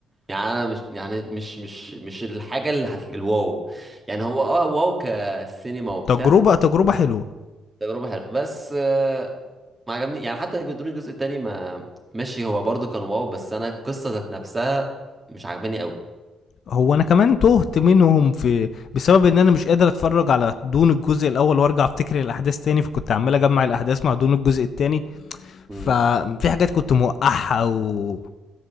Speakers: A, on the right; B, on the left.
A: يعني أنا مش يعني مش مش مش الحاجة اللي هت... الواو يعني هو اه واو كسينما وبتاع
B: تجربه تجربه حلوه
A: تجربة حلوة بس آه، ما عجبني يعني حتى دون الجزء التاني ما ماشي هو برضه كان واو بس أنا القصة ذات نفسها مش عجباني
B: هو انا كمان تهت منهم في بسبب ان انا مش قادر اتفرج على دون الجزء الاول وارجع افتكر الاحداث تاني فكنت عمال اجمع الاحداث مع دون الجزء التاني ففي
A: أوي
B: حاجات كنت موقعها و...